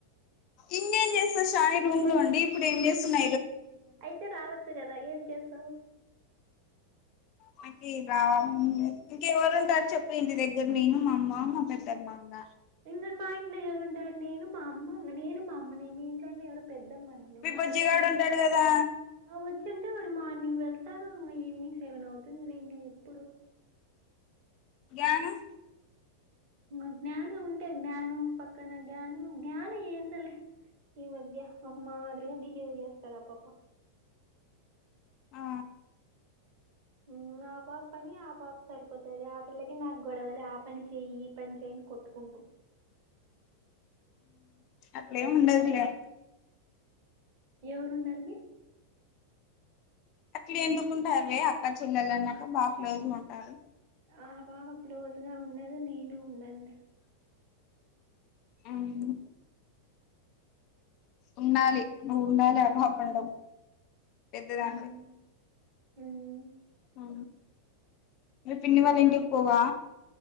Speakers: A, on the left; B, on the right.
A: ఇంకేం చేస్త శ్రావణి రూమ్ లో ఉండి ఇప్పుడు ఏం చేస్తున్న
B: అయితే రావచ్చు కదా ఏం చేస్తావు?
A: నాకు రావాలని లేదు. ఇంకెవరు ఉంటారు చెప్పు ఇంటి దగ్గర నేను, మా అమ్మ, మా పెద్దమ్మ ఇంగ.
B: ఇంక మా ఇంట్లో ఎవరు ఉంటారు నేను మా అమ్మ నేను మా అమ్మ నే. మీ ఇంట్లో అన్న ఎవరో పెద్ మా
A: మీ బుజ్జిగాడు
B: ఇంట్లో నేను
A: ఉంటాడు కదా
B: మా వచ్చుంటే ఇప్పుడు మార్నింగ్ వెళ్తాడు ఈవినింగ్ సెవెన్ అవుతుందివే ఇంకా ఎప్పుడు
A: జ్ఞాను
B: మధ్యహ్నం ఉంటది జ్ఞాను పక్కన జ్ఞాను జ్ఞాను ఏందోలే ఈ మధ్య ఒక మాదిరిగా బిహేవ్ చేస్తది ఆ పాప
A: ఆ
B: ఉ ఆ పాప పని ఆ పాప సరిపోతంది ఆ పిల్లకి నాకు గొడవలే ఆ పని చెయ్యి ఈ పని చెయి కొట్టుకుంటాం
A: అట్లే ఏం ఉండదిలే ఇగా
B: ఎవరున్నారు అమ్మీ
A: అట్లా ఎందుకుంటారువే అక్క చెల్లలు అన్నాక బాగా క్లోజుగా ఉంటారు
B: ఆ బాబప్పుడు వదినా ఉండేదే నేను ఉండండి
A: అవును ఉండాలి నువ్వు ఉండాలి అబ అప్పం పెద్దదాన్నివి
B: మ్మ్ మ్మ్
A: ఉ మీ పిన్ని వాళ్ళ ఇంటి పోవా